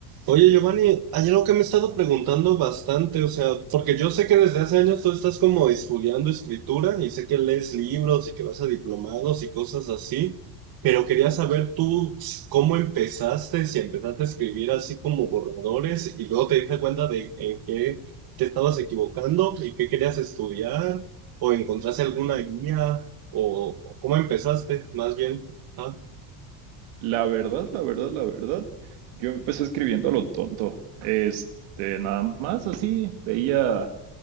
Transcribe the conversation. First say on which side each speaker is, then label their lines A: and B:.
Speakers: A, on the right; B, on the right.
A: Oye, Giovanni, hay algo que me he estado preguntando bastante, o sea, porque yo sé que desde hace años tú estás como estudiando escritura y sé que lees libros y que vas a diplomados y cosas así, pero quería saber tú s- cómo empezaste, si empezaste a escribir así como borradores y luego te diste cuenta de en qué te estabas equivocando y qué querías estudiar, o encontraste alguna guía, o, o cómo empezaste, más bien. Ah,
B: La verdad, la verdad, la verdad, yo empecé escribiendo a lo tonto. Este, nada más así, veía,